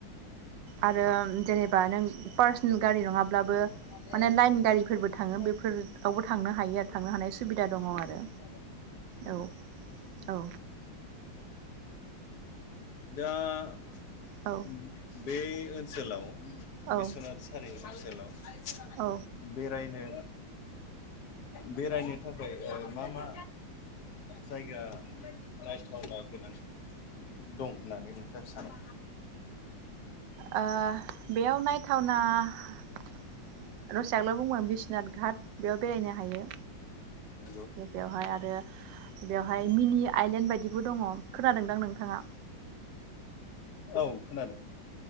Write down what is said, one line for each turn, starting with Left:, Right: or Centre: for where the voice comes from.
Right: आरो जेनेबा
Left: आरो
Right: नों
Left: जेनेबा
Right: पार्सनेल
Left: नों
Right: गारि नङाब्लाबो
Left: पार्सनेल गारि नङाब्लाबो
Right: माने लाइन गारिफोरबो
Left: माने लाइन
Right: थाङो
Left: गारिफोरबो
Right: बेफोरावबो थांनो हायो आरो
Left: थांनो
Right: हानाय
Left: हायो
Right: सुबिदा दङ
Left: नंगौ
Right: आरो
Left: बेफोरावबो थांनो हायो आरो नंगौ।
Right: औ औ
Left: दा <inaudible>
Right: औ
Left: बे ओनसोलाव
Right: औ
Left: बिस्वनाथ सारि <unintelligible>
Right: औ
Left: बेरायनो बेरायनो थाखाय ओ मा मा जायगा नायथावना गोनां दं होननानै नोंथाङा सानो?
Right: ओ बेयाव नायथावना <unintelligible> बिश्वनाथ घाट बेयाव बेरायनो हायो।
Left: नंगौ
Right: बेवहाय आरो बेवहाय मिनि आइलेण्ड बायदिबो दङ'। खोनादोंदां नोंथाङा?
Left: औ खोनादो।